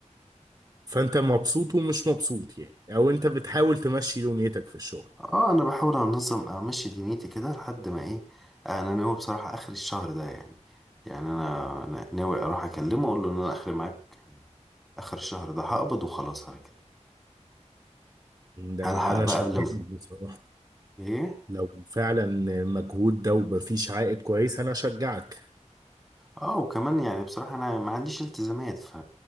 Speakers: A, on the right; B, in the centre.
A: فانت مبسوط ومش مبسوط يعني او انت بتحاول تمشي دنيتك في الشغل
B: اه انا بحاول انظم امشي دنيتي كده لحد ما ايه انا ناوي بصراحة اخر الشهر ده يعني يعني انا أنا ناوي اروح اكلمه اقول له ان انا اخر معاك اخر الشهر ده هقبض وخلاص على كده
A: ده
B: هلحق
A: انا
B: بقى
A: شايفك
B: قبل ما
A: بصراحة
B: ايه
A: لو فعلا مجهود ده ومفيش عائد كويس انا اشجعك
B: اه وكمان يعني بصراحة انا ما عنديش التزامات ف